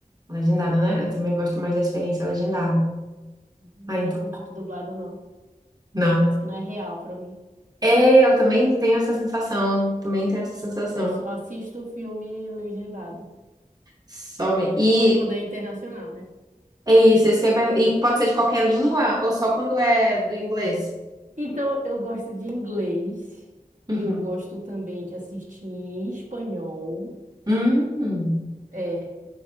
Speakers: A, on the right (about 25°); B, on the right (about 60°).
A: Legendado, né? Eu também gosto mais da experiência legendada.
B: Não
A: Ah,
B: gosto
A: então.
B: muito de dublado, não.
A: Não.
B: Parece que não é real pra mim.
A: É, eu também tenho essa sensação. Também tenho essa sensação.
B: Eu só assisto filme legendado.
A: Somente.
B: Quando, quando é internacional, né?
A: É isso, isso que eu ia per- E pode ser de qualquer língua ou só quando é do inglês?
B: Então, eu gosto de inglês.
A: Uhum.
B: Eu gosto também de assistir em espanhol.
A: Hum.
B: É,